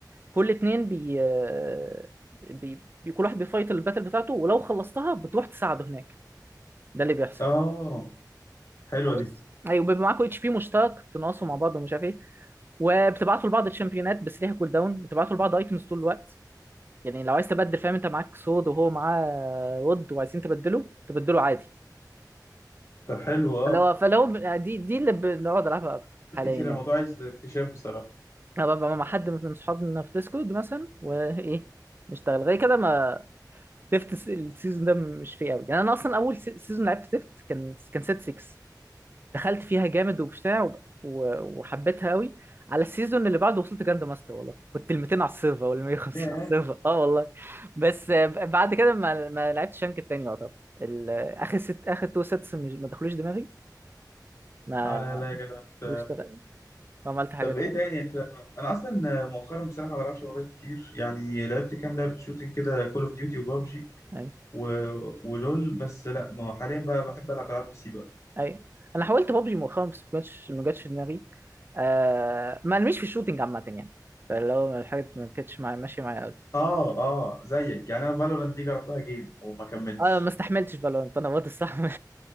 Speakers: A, on the right; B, on the left.
A: كل اتنين بي آه، بي بي- كل واحد بيفايت الباتل بتاعته ولو خلصتها بتروح تساعده هناك ده اللي بيحصل
B: اه حلوه
A: نايس
B: دي
A: ايوه بيبقى معاكوا اتش بي مشترك بتنقصوا مع بعض ومش عارف ايه وبتبعتوا لبعض الشامبيونات بس ليها كول داون وتبعتوا لبعض ايتمز طول الوقت يعني لو عايز تبدل فاهم انت معاك سود وهو معاه ود وعايزين تبدله تبدله عادي
B: طب حلو اه
A: فلو فلو دي دي اللي بنقعد نلعبها اكتر حاليا
B: كتير
A: يعني
B: الموضوع عايز اكتشاف بصراحة
A: انا ببقى مع حد من صحابنا في ديسكورد مثلا وايه نشتغل غير كده ما تفت السيزون ده مش فيه قوي يعني انا اصلا اول سيزون لعبت تفت كان كان سيت 6 دخلت فيها جامد وبتاع وب- و- وحبيتها قوي على السيزون اللي بعده وصلت جراند ماستر والله كنت ال 200 على السيرفر ولا 150
B: ياه
A: على السيرفر اه والله بس آه، ب- بعد كده ما ما لعبتش رانك التاني يعتبر ال- اخر ست اخر تو سيتس مش ما دخلوش دماغي ما
B: اه لا لا يا جدع انت
A: واشتغل ما عملت حاجات
B: طب ايه
A: تانية
B: تاني انت انا اصلا مؤخرا بصراحة ما بلعبش موبايل كتير يعني لعبت كام لعبة شوتينج كده كول اوف ديوتي وبابجي
A: اي
B: و... ولول بس لا ما هو حاليا بقى بحب العب العاب بي سي بقى
A: اي انا حاولت بابجي مؤخرا بس ما جاتش ما جاتش دماغي آه ما مش في الشوتينج عامه يعني فاللي هو الحاجات ما كانتش معايا ماشيه معايا قوي
B: اه اه زيك يعني انا فالورانت دي جربتها جيم وما كملتش
A: اه ما استحملتش فالورانت انا برضه الصح <laughs> ما